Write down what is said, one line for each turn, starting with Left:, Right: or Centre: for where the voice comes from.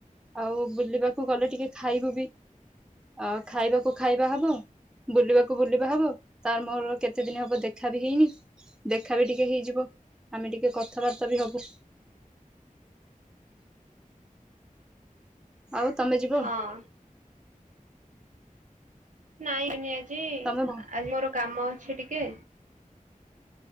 Centre: ଆଉ ବୁଲିବାକୁ ଗଲେ ଟିକେ ଖାଇବୁ ବି ଆ ଖାଇବାକୁ ଖାଇବା ହବ ବୁଲିବାକୁ ବୁଲିବା ହବ ତାର ମୋର କେତେ ଦିନ ହବ ଦେଖା ବି ହେଇନି ଦେଖା ବି ଟିକେ ହେଇଯିବ ଆମେ ଟିକେ କଥାବାର୍ତ୍ତା ବି ହବୁ।
Right: <unintelligible>
Centre: ଆଉ ତମେ ଯିବ?
Right: ହଁ ନାଇଁ ଯିବିନି ଆଜି
Centre: ତମେ ଭ-
Right: ଆଜି ମୋର କାମ ଅଛି ଟିକେ